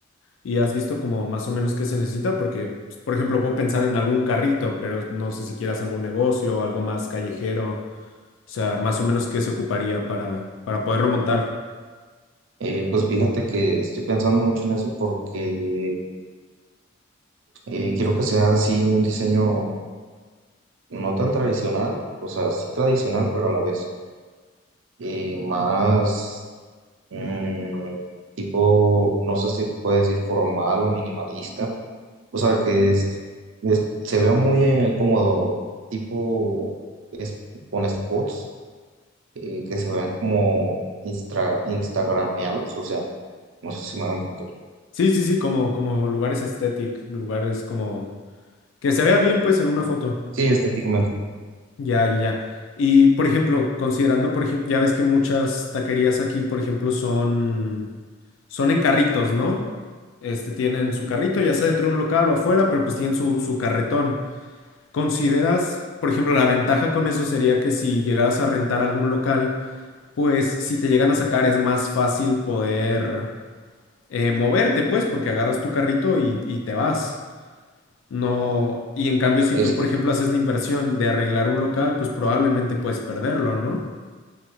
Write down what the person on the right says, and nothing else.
Eh, pues fíjate que estoy pensando mucho en eso porque eh, quiero que sea así un diseño no tan tradicional, o sea, sí tradicional, pero a la vez eh, más mm, tipo, no sé si puede decir formal o minimalista O sea, que es- es- se vea muy eh, como tipo es, con spots eh, que se vean como instra- instagrameables. O sea, no sé si me van a entender.
Sí, estéticamente.
Es
que,